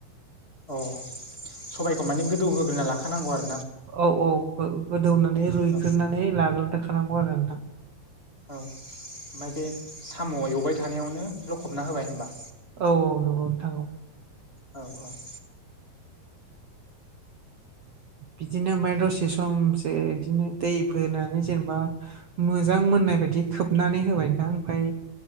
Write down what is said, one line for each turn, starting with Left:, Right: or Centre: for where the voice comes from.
Left: अ सबायखौ माने गोदौ होग्रोना लाखानांगौ आरो।
Right: औ औ गोदौनानै रुइग्रोनानै
Left: औ
Right: लाग्रो दोनखानांगौ आरो नोंथां।
Left: औ ओमफ्राय बे साम' एवबाय थानायावनो लखबना होबाय होमबा।
Right: औ औ नंगौ नोंथां।
Left: औ औ।
Right: बिदिनो ओमफाय दसे समसो बिदिनो दै होनानै जेनेबा मोजां मोननाय बायदि खोबनानै होबाय <inaudible> ओमफाय